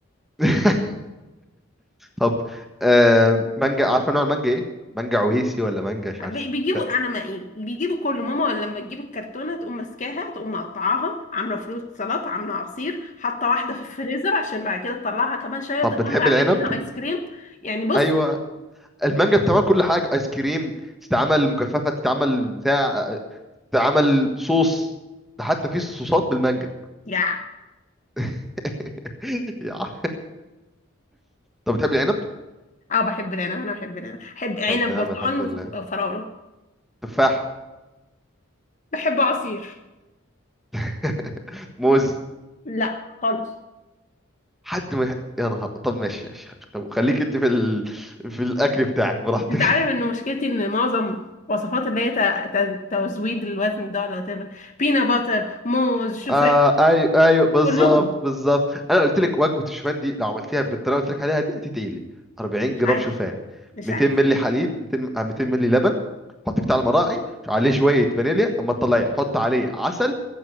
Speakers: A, in the centre; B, on the left.
A: <laughs> طب آه مانجا عارفة نوع المانجا ايه مانجا عويسي ولا مانجا مش عارف
B: بي- بيجيبوا
A: <laughs> لا.
B: انا ما إيه، بيجيبوا كله ماما لما تجيب الكرتونه تقوم ماسكاها تقوم مقطعاها عامله فروت سلطه عامله عصير حاطه واحده في الفريزر عشان بعد كده تطلعها كمان شويه وتاكلها
A: طب بتحب
B: على
A: العنب
B: انها ايس كريم يعني بص
A: ايوه المانجا بتعمل كل حاجه ايس كريم تتعمل مجففه تتعمل بتاع ده عمل صوص ده حتى في صوصات بالمانجا
B: يا
A: <laughs> يا عم. طب بتحب العنب؟
B: اه بحب العنب انا بحب العنب بحب عنب
A: طب تمام
B: برتقال
A: الحمد
B: وف-
A: لله
B: وفراوله
A: تفاح
B: بحب عصير
A: <laughs> موز
B: لا خالص
A: حد ما يح- يا نهار طب ماشي ماشي طب خليك انت في ال... في الاكل بتاعك براحتك
B: انت عارف ان مشكلتي ان معظم وصفات اللي هي ت- ت- تزويد الوزن ده ولا whatever بينا باتر موز
A: <laughs>
B: شوفان
A: آه ايوه ايوه بالظبط
B: كلهم
A: بالظبط انا قلت لك وجبه الشوفان دي لو عملتيها بالطريقه اللي قلت لك عليها دي هتتقلي 40
B: مش
A: جرام
B: عايز
A: شوفان
B: مش
A: 200
B: عايز
A: مللي حليب 200 م- آه، 200 مللي لبن حطيه بتاع المراعي عليه شويه فانيليا اما تطلعيه حط عليه عسل